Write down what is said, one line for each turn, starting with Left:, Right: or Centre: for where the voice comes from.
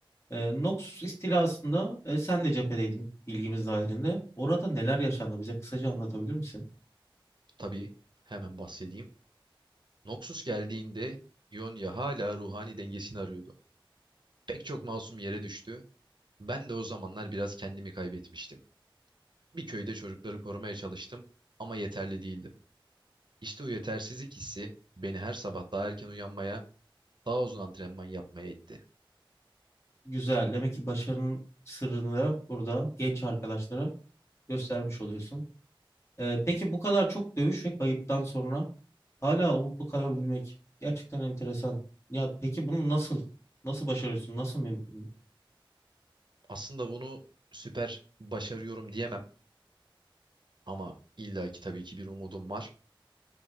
Left: Ee, Noxus istilasında e, sen de cephedeydin bilgimiz dahilinde. Orada neler yaşandı bize kısaca anlatabilir misin?
Right: Tabii hemen bahsedeyim. Noxus geldiğinde Ionia hala ruhani dengesini arıyordu. Pek çok masum yere düştü. Ben de o zamanlar biraz kendimi kaybetmiştim. Bir köyde çocukları korumaya çalıştım ama yeterli değildim. İşte o yetersizlik hissi beni her sabah daha erken uyanmaya, daha uzun antrenman yapmaya itti.
Left: Güzel. Demek ki başarının sırrını burada genç arkadaşlara göstermiş oluyorsun. Ee, peki bu kadar çok dövüş ve kayıptan sonra hala umutlu kalabilmek gerçekten enteresan. Ya peki bunu nasıl nasıl başarıyorsun? Nasıl mümkün? bu?
Right: Aslında bunu süper başarıyorum diyemem ama illaki tabii ki bir umudum var.